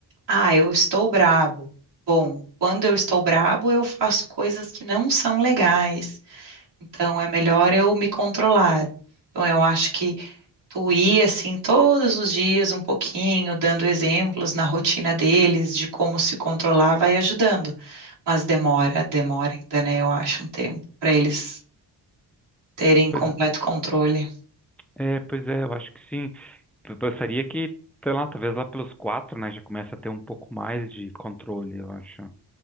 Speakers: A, on the right (about 70°); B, in the centre.
A: Ah, eu estou brabo. Bom, quando eu estou brabo, eu faço coisas que não são legais. Então é melhor eu me controlar. Então eu acho que tu ir assim todos os dias um pouquinho, dando exemplos na rotina deles de como se controlar, vai ajudando. Mas demora, demora ainda, né? Eu acho um tempo para eles terem completo
B: pois
A: controle.
B: é, pois é, eu acho que sim. Eu pensaria que, sei lá, talvez lá pelos quatro, né? Já começa a ter um pouco mais de controle, eu acho.